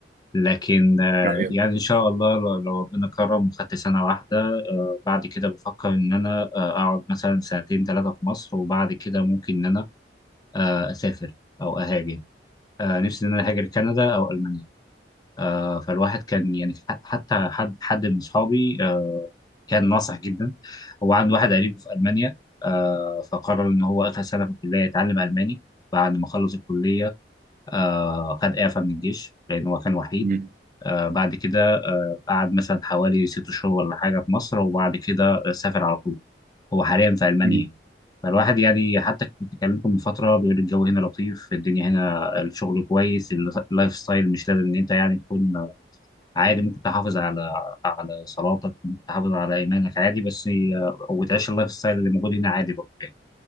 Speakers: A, on the left; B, on the right.
A: لكن آه،
B: أيوة.
A: يعني إن شاء الله لو لو ربنا كرم وخدت سنة واحدة بعد كده بفكر إن أنا آه، أقعد مثلا سنتين ثلاثة في مصر وبعد كده ممكن إن أنا آه، اسافر او اهاجر آه، نفسي ان انا اهاجر كندا او المانيا آه، فالواحد كان يعني ح- حتى حد حد من اصحابي آه، كان ناصح جدا هو عنده واحد قريبه في المانيا آه، فقرر ان هو اخر سنه في الكليه يتعلم الماني بعد ما خلص الكليه آه، خد اعفاء من الجيش لان هو كان وحيد
B: مم.
A: آه، بعد كده قعد مثلا حوالي ست شهور ولا حاجه في مصر وبعد كده سافر على طول هو حاليا في المانيا
B: مم.
A: فالواحد يعني حتى كنت كلمته من فتره بيقول الجو هنا لطيف الدنيا هنا الشغل كويس اللايف ستايل مش لازم ان انت يعني تكون عادي ممكن تحافظ على على صلاتك ممكن تحافظ على ايمانك عادي بس هي- وتعيش اللايف ستايل اللي موجود هنا عادي برضه يعني.